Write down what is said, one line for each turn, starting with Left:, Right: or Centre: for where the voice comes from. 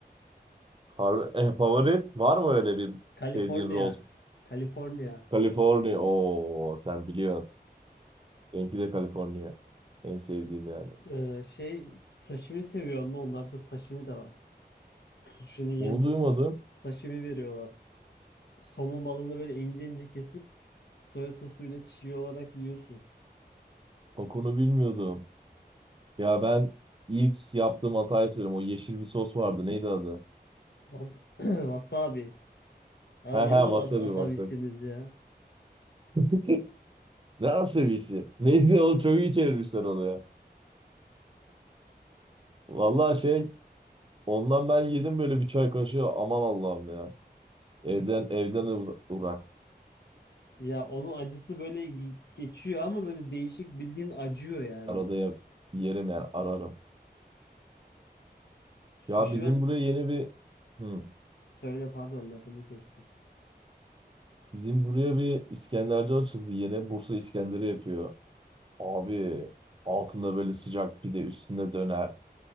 Right: Harbi, e, favori var mı öyle bir
Left: Kaliforniya.
Right: sevdiğin rol?
Left: Kaliforniya.
Right: California. Oo sen biliyorsun. Benimki de California. En sevdiğim yani.
Left: Ee, şey sashimi seviyor mu? Onlarda sashimi de var. Sushi'nin yanında
Right: Onu duymadım.
Left: sa- sashimi veriyorlar. Somon balığını böyle ince ince kesip soya sosuyla çiğ olarak yiyorsun.
Right: Bak onu bilmiyordum. Ya ben ilk yaptığım hatayı söyleyeyim. O yeşil bir sos vardı. Neydi adı?
Left: Was- <clears throat> Wasabi. Abi
Right: He he
Left: niye o kadar
Right: wasabi
Left: as asabisiniz
Right: wasabi.
Left: ya?
Right: <laughs> Ne wasabisi? Neydi o? Çok iyi çevirmişler onu ya. Vallahi şey ondan ben yedim böyle bir çay kaşığı. Aman Allah'ım ya. Evden
Left: <laughs>
Right: evden uğra- uğrak.
Left: Ya onun acısı böyle ge- geçiyor ama böyle değişik bildiğin acıyor yani.
Right: Arada ye- yerim yani ararım.
Left: Sushi
Right: Ya bizim
Left: ben
Right: buraya yeni bir hı,
Left: söyle pardon lafını kestim.
Right: bizim buraya bir İskenderci açıldı. Yeni Bursa İskender'i yapıyor. Abi altında böyle sıcak pide üstünde döner.